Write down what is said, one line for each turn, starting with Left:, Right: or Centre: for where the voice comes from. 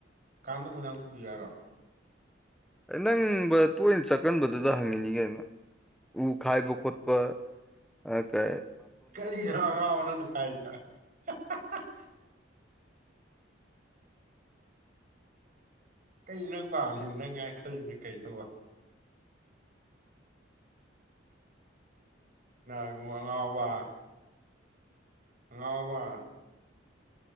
Right: ꯀꯥꯡꯕ ꯍꯣꯡꯖꯡ ꯄꯨꯕꯤꯒꯦ ꯍꯥꯏꯔꯣ
Centre: ꯅꯪ ꯕ ꯇꯣꯏꯅ ꯆꯠꯀꯟꯕꯗꯨꯗ ꯍꯪꯉꯤꯅꯤ ꯀꯩꯅꯣ ꯎ ꯈꯥꯏꯕ ꯈꯣꯠꯄ ꯑꯀ
Right: <unintelligible> ꯀꯩꯅꯣ ꯅꯪ ꯄꯥꯝꯃꯤꯁꯤꯅ ꯅꯪ ꯍꯥꯏꯏ ꯈꯜꯂꯁꯤꯅ ꯀꯩꯅꯣ ꯏꯕꯨꯡ ꯑꯉꯥꯎꯕ ꯑꯉꯥꯎꯕ